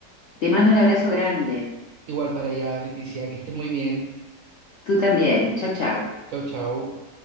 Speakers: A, on the left; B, on the right.
A: Te mando un abrazo grande.
B: Igual para allá, Leticia, que estés muy bien.
A: Tú también. Chau, chau.
B: Chau, chau.